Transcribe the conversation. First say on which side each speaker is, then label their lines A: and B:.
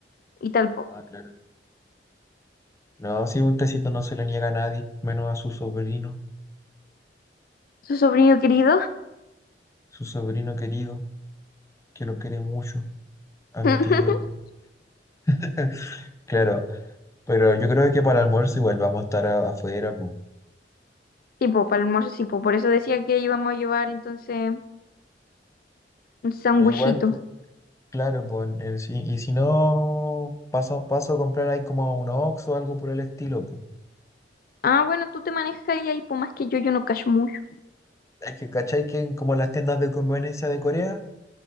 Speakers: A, on the left; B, on the left.
A: y tal. po.
B: Ah, claro. No, si un tecito no se le niega a nadie, menos a su sobrino,
A: Su sobrino querido.
B: su sobrino querido, que lo quiere mucho. A mi
A: <laughs>
B: tío yo lo... <laughs> Claro, pero yo creo que para el almuerzo igual vamos a estar a- afuera, po.
A: Tipo, para el almuerzo, sí, po. Por eso decía que íbamos a llevar entonces un sándwichito.
B: Pero igual, po, claro, pues y si no, paso a paso a comprar ahí como un Oxxo o algo por el estilo, po.
A: Ah, bueno, tú te manejas ahí, ahí, pues más que yo, yo no cacho mucho.
B: Es que, ¿cachai? Que en como las tiendas de conveniencia de Corea,